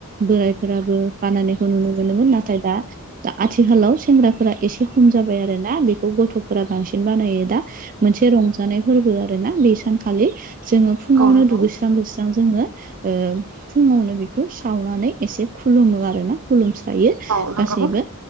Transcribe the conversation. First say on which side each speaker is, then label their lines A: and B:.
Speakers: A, on the right; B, on the right.
A: बोरायफोराबो बानायनायखौ नुनो मोनोमोन नाथाय दा दा आथिखालाव सेंग्राफोरा एसे खम जाबाय आरोना बेखौ गथ'फोरा बांसिन बानायो दा। मोनसे रंजानाय फोरबो आरो ना बे सानखालि जोङो फुङावनो
B: नंगौ औ नंगौ औ नंगौ
A: दुगैस्रां लुस्रां जोङो ओ फुङावनो बेखौ सावनानै एसे खुलुमो आरोना। खुलुमस्रायो
B: औ नंगौ
A: गासैबो
B: औ